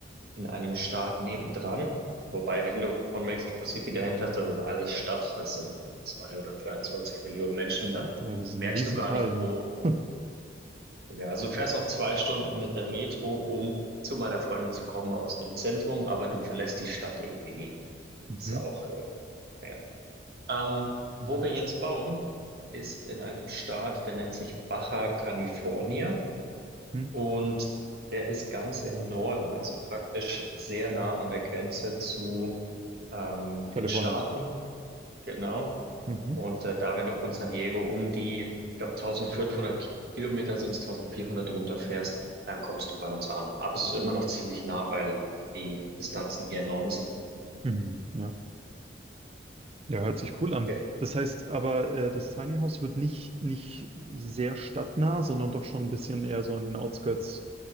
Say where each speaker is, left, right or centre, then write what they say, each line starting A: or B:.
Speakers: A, on the right; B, on the right.
A: in einem Staat nebendran. Wobei, wenn du von Mexico City dahin fährst, das ist alles Stadt, das sind zwei oder 23 Millionen Menschen, da
B: Ja, das ist ein
A: merkst
B: Riesenteil,
A: du gar nicht,
B: ne?
A: wo.
B: <laughs>
A: Ja, also du fährst auch zwei Stunden mit der Metro, um zu meiner Freundin zu kommen aus dem Zentrum, aber du verlässt die Stadt irgendwie nie.
B: Mhm.
A: Das ist auch, äh, naja. Ähm, wo wir jetzt bauen, ist in einem Staat, der nennt sich Baja California
B: Mhm.
A: und der ist ganz im Norden, also praktisch sehr nah an der Grenze zu ähm,
B: Kalifornien.
A: den Staaten, genau.
B: Mhm.
A: Und äh, da, wenn du von San Diego um die, ich glaube, 1500 Kilometer sind es, 1400 runterfährst, dann kommst du bei uns an. Aber es ist immer noch ziemlich nah, weil die Distanzen hier enorm sind.
B: Mhm. Ja. Ja, hört sich cool an.
A: Genau.
B: Das heißt aber, äh, das Tiny House wird nicht, nicht sehr stadtnah, sondern doch schon ein bisschen eher so an den Outskirts,